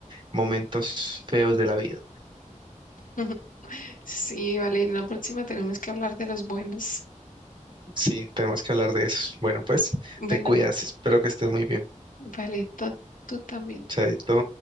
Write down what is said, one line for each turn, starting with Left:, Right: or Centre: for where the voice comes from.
Right: momentos feos de la vida.
Left: <laughs> Sí, vale, en la próxima tenemos que hablar de los buenos.
Right: Sí, tenemos que hablar de eso. Bueno, pues
Left: Bueno,
Right: te cuidas. Espero que estés muy bien.
Left: vale, ta- tú también.
Right: Chaito.